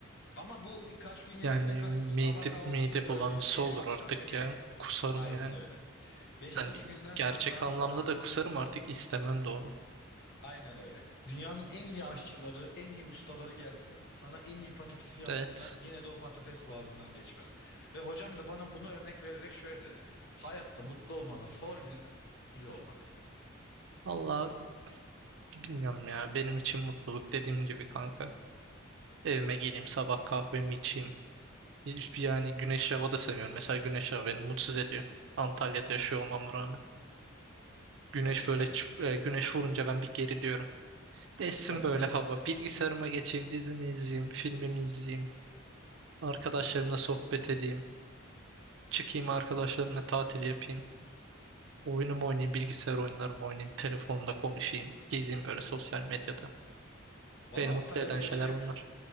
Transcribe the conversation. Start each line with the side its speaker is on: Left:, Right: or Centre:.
Left: Ama bu kaç gün yemekten
Right: Yani
Left: kastım.
Right: mide,
Left: Sabah kahvaltısı,
Right: mide
Left: öğle
Right: bulantısı
Left: yemeği,
Right: olur
Left: akşam
Right: artık
Left: yemeği.
Right: ya. Kusarım
Left: Aynen
Right: yani.
Left: öyle. Beşinci
Right: Yani
Left: günden
Right: gerçek
Left: sonra
Right: anlamda
Left: sana
Right: da kusarım artık istemem de onu.
Left: aynen öyle. Dünyanın en iyi aşçıları, en iyi ustaları gelsin. Sana en iyi patatesi yapsınlar.
Right: Evet.
Left: Yine de o patates boğazından geçmez. Ve hocam da bana bunu örnek vererek şöyle dedi. Hayatta mutlu olmanın formülü olmak.
Right: Valla bilmiyorum ya. Benim için mutluluk dediğim gibi kanka. Evime geleyim sabah kahvemi içeyim. Hiç- Yani güneş hava da sevmiyorum Mesela güneş hava beni mutsuz ediyor. Antalya'da yaşıyor olmama rağmen. Güneş
Left: Gerçekten
Right: böyle çıp-
Left: mi?
Right: e, güneş vurunca ben bir geriliyorum. Essin
Left: Bak
Right: böyle
Left: mesela,
Right: hava. Bilgisayarıma geçeyim, dizimi izleyeyim, filmimi izleyeyim. Arkadaşlarımla sohbet edeyim. Çıkayım arkadaşlarımla tatil yapayım. Oyunumu oynayayım, bilgisayar oyunlarımı oynayayım. Telefonda konuşayım. Gezeyim böyle sosyal medyada.
Left: valla
Right: Beni mutlu
Left: Antalya'da
Right: eden
Left: yaşayıp
Right: şeyler bunlar.